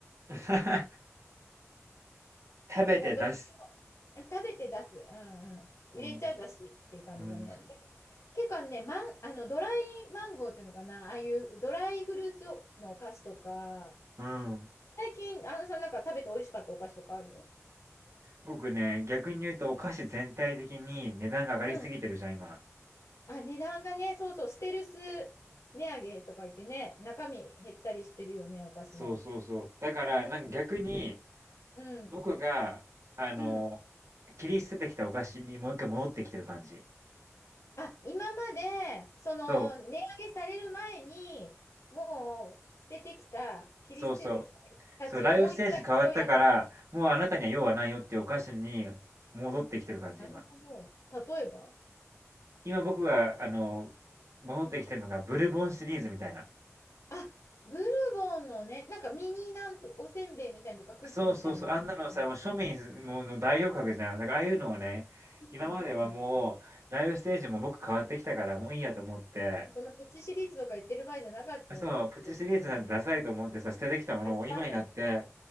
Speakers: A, on the right; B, on the left.
A: <laughs> 食べて出す。
B: だからど、食べて出す。うんうん。入れちゃだしっていう感じだね。
A: うん。うん。
B: で結構ね、マン、あの、ドライマンゴーっていうのかな、ああいうドライフルーツのお菓子とか、
A: うん。
B: 最近、あのさんなんか食べて美味しかったお菓子とかある
A: 僕ね、逆に言うとお菓子全体的に値段が上がりすぎてるじゃん、
B: うん。
A: 今。
B: あ、値段がね、そうそう、ステルス値上げとか言ってね、中身減ったりしてるよね、お菓子の。
A: そうそうそう。だから、
B: うん、
A: なんか逆に
B: うん、
A: 僕が、あの、
B: うん。
A: 切り捨ててきたお菓子にもう一回戻ってきてる感じ。
B: あ、今まで、その、
A: そう。
B: 値上げされる前に、もう、捨ててきた、切り捨ててきたたちをもう一回拾い上げ。
A: そうそう。そう、ライフステージ変わったから、もうあなたには用はないよっていうお菓子に戻ってきてる感じ、
B: なるほど。
A: 今。
B: 例えば
A: 今僕が、あの、戻ってきてるのがブルボンシリーズみたいな。
B: あ、ブルボンのね、なんかミニなんと、おせんべいみたいなのとか、クッキーみたいなのとか。
A: そうそうそう、あんなのさ、もう庶民もうの代表格じゃん。だからああいうのをね、今まではもう、
B: うんうん。
A: ライフステージも僕変わってきたから、もういいやと思って、
B: そんなポチシリーズとか言ってる場合じゃなかったって言って、
A: そう、プチシリーズなんてダサいと思ってさ、捨ててきたものを今になって、
B: うん、あ、スタート。